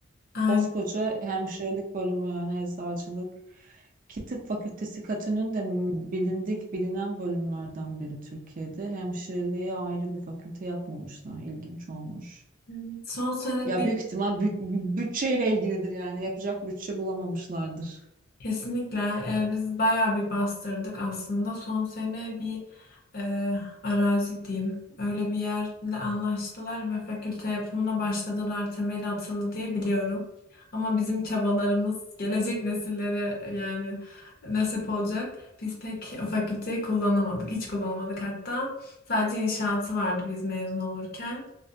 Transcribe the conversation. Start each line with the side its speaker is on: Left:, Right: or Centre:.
Left: Aynen.
Right: Koskoca hemşirelik bölümü yani eczacılık ki tıp fakültesi katının da bilindik bilinen bölümlerden biri Türkiye'de. Hemşireliğe ayrı bir fakülte yapmamışlar. İlginç olmuş.
Left: Evet. Son sene
Right: Ya
Left: bir
Right: büyük ihtimal bü- bütçeyle ilgilidir yani yapacak bütçe bulamamışlardır.
Left: Kesinlikle e, biz bayağı bir bastırdık aslında. Son sene bir e, arazi diyeyim. Öyle bir yerle anlaştılar ve fakülte yapımına başladılar. Temeli atıldı diye biliyorum. Ama bizim çabalarımız gelecek nesillere yani nasip olacak. Biz pek o fakülteyi kullanamadık. Hiç kullanamadık hatta. Sadece inşaatı vardı biz mezun olurken.